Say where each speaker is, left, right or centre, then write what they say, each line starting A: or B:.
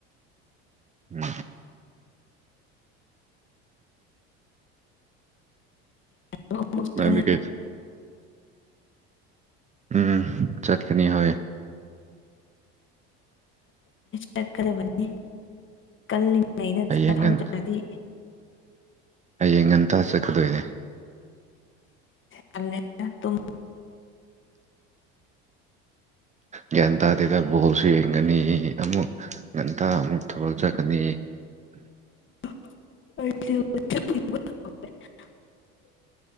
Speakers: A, on the right; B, on the left.
A: ꯎꯝ
B: ꯁ
A: ꯅꯪꯗꯤ ꯀꯩ ꯎꯝ ꯆꯠꯀꯅꯤ ꯍꯣꯏ
B: ꯆꯠꯀꯗꯕꯅꯤ ꯀꯜꯂꯤꯉꯩꯗ
A: ꯍꯌꯦꯡ
B: ꯆꯍꯧꯗ꯭ꯔꯗꯤ
A: ꯉꯟ ꯍꯌꯦꯡ ꯉꯟꯇ ꯆꯠꯀꯗꯣꯏꯅꯦ
B: ꯇ
A: ꯒ꯭ꯌꯥꯟ ꯇꯥꯗꯦꯗ ꯕꯣꯜꯁꯨ ꯌꯦꯡꯒꯅꯤ ꯑꯃꯨꯛ ꯉꯝꯇ ꯑꯃꯨꯛ ꯊꯧꯒꯠꯆꯀꯅꯤ
B: <unintelligible>